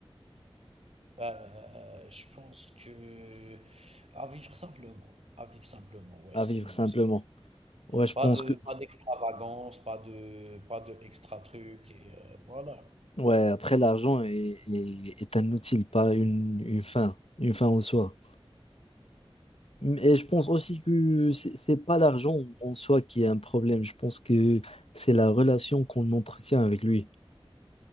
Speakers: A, on the right (about 85°); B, on the left (about 75°).
A: Euh, je pense que à vivre simplement. À vivre simplement, ouais,
B: À
A: c'est
B: vivre
A: le.
B: simplement.
A: c'est-
B: Ouais, je
A: Pas
B: pense
A: de,
B: que
A: pas d'extravagance, pas de, pas de extra truc, et euh, voilà.
B: ouais, après l'argent est, est, est un outil, pas une, une fin, une fin en soi. Et je pense aussi que c'est c'est pas l'argent en soi qui est un problème. Je pense que c'est la relation qu'on entretient avec lui.